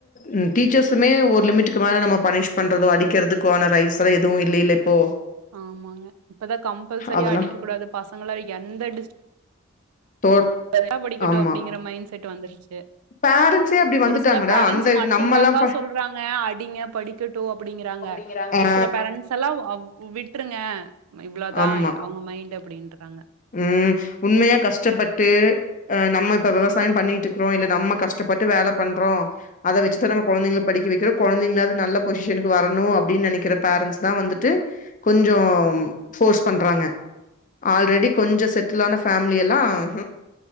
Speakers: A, on the left; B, on the right.
A: உம் டீச்சர்ஸுமே ஒரு லிமிட்டுக்கு மேல நம்ம பனிஷ் பண்ணுறதோ அடிக்கிறதுக்கு ஆன ரைட்ஸ்லாம் எதுவு இல்லலில இப்போ
B: ஆமாங்க இப்பதா கம்பல்சரியா
A: அதனா
B: அடிக்க கூடாது பசங்கள எந்த டி
A: தோ
B: சரியா படிக்கட்டும்
A: ஆமா
B: அப்டிங்கற மைண்ட் செட்டு வந்துடுச்சு <unintelligible>
A: பேரண்ட்ஸே அப்டி வந்துட்டாங்கடா
B: ஒரு சில பேரண்டட்ஸ்
A: அந்த
B: மட்டுந்தாக்கா
A: நம்மல்லா ப
B: சொல்றாங்க அடிங்க படிக்கட்டு அப்புடிங்கறாங்க
A: அப்டிங்கிறாங்க
B: ஒரு சில பேரண்ட்ஸ் எல்லா அ உ விட்ருங்க இவ்ளோதா
A: ஆமா
B: அவங்க மைண்ட் அப்டின்றாங்க
A: ம் உண்மையா கஷ்டப்பட்டு அ நம்ம இப்ப விவசாயம் பண்ணிட்டுக்கிறோ இல்ல நம்ம கஷ்டப்பட்டு வேல பண்றோ அத வச்சுதா நம்ம கொழந்திங்க படிக்க வைக்கிறோ கொழந்திங்களாவ்து நல்ல பொசிஷனுக்கு வரணு அப்டின் நெனைக்கிற பேரண்ட்ஸ் தா வந்துட்டு கொஞ்சோ ஃபோர்ஸ் பண்றாங்க ஆல்ரெடி கொஞ்சு செட்டில ஆான ஃபேமிலி எல்லா உஉ